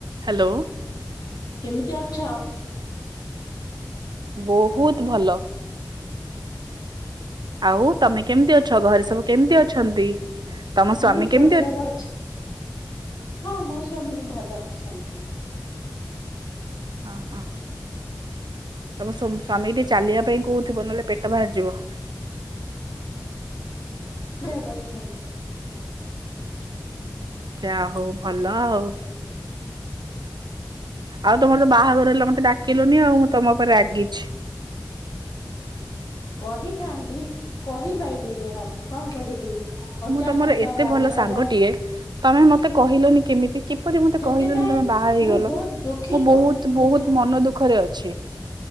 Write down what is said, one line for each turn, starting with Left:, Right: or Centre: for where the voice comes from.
Right: Hello.
Left: କେମିତି ଅଛ?
Right: ବହୁତ ଭଲ। ଆଉ ତମେ କେମିତି ଅଛ? ଘରେ ସବୁ କେମିତି ଅଛନ୍ତି? ତମ
Left: ମୁଁ
Right: ସ୍ଵାମୀ
Left: ବି ବହୁତ
Right: କେମିତି ଅଛ
Left: ଭଲ ଅଛି, ହଁ, ମୋ ସ୍ବାମୀ ବି ଭଲ ଅଛନ୍ତି।
Right: ଓହୋ ତମ ସ୍ବାମୀ ଟିକେ ଚାଲିବା ପାଇଁ କହୁଥିବ ନହେଲେ ପେଟ ବାହାରିଯିବ।
Left: <unintelligible> ଅଛନ୍ତି
Right: ଯାହା ହଉ ଭଲ ଆଉ। ଆଉ ତମର ତ ବାହାଘର ହେଲା ମତେ ଡାକିଲନି ଆଉ ମୁଁ ତମ ଉପରେ ରାଗିଛି।
Left: କହିଥାନ୍ତି, କହିପାରିଲିନି ଆଉ କଣ କରିବି? ଅଚାନକ
Right: ମୁଁ ତମର
Left: ତା
Right: ଏତେ
Left: ବାହାଘର
Right: ଭଲ ସାଙ୍ଗଟିଏ
Left: ହେଲା
Right: ତମେ ମତେ କହିଲନି କେମିତି? କିପରି ମତେ
Left: ସେଥିପାଇଁ
Right: କହିଲନି ତମେ ବାହା ହେଇଗଲ
Left: ମୁଁ ବହୁତ ଦୁଃଖିତ।
Right: ମୁଁ ବହୁତ
Left: ସେଥି
Right: ବହୁତ ମନ ଦୁଃଖରେ ଅଛି।